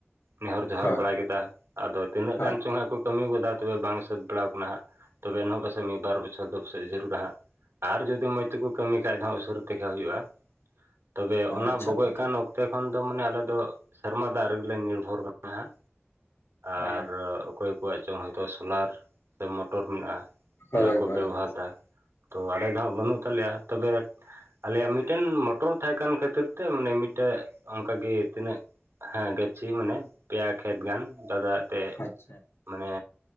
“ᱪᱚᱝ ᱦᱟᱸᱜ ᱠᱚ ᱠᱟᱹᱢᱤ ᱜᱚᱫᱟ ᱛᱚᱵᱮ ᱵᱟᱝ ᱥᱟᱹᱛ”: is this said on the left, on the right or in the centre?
Right